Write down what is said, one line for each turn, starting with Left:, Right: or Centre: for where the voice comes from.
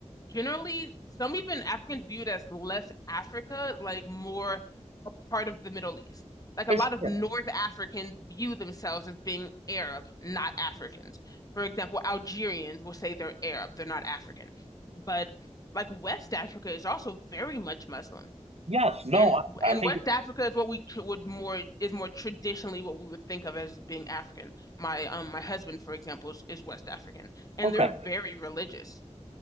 Left: generally some even Africans viewed as less Africa, like more a part of the Middle East. Like a
Right: Sure.
Left: lot of North Africans view themselves as being Arab, not Africans. For example, Algerians will say they're Arab, they're not African. But like West Africa is also very much Muslim
Right: Yes. No.
Left: and
Right: I,
Left: and
Right: I think
Left: West Africa is what we would more is more traditionally what we would think of as being African. My um my husband, for example, is, is West African, and
Right: okay.
Left: they're very religious.